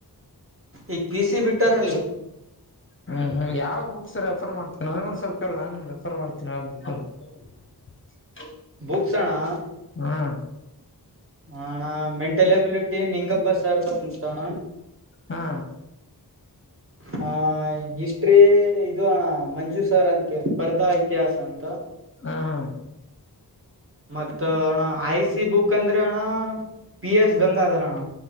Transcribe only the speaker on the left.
ಹ್ಮ್ ಹ್ಮ್ ಯಾವ್ ಬುಕ್ಸ್ ರೆಫರ್ ಮಾಡ್ತೇ ನನ್ಗ ಸ್ವಲ್ಪ ಹೇಳ ನಾನ ರೆಫರ್ ಮಾಡ್ತೀನಿಾವ ಬುಕ್ <inaudible>
ಹ್ಮ್
ಹಾ
ಹ ಹಾ